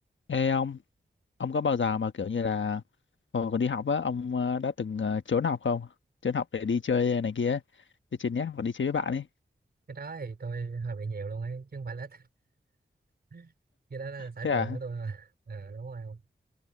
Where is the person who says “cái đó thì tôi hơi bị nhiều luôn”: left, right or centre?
Right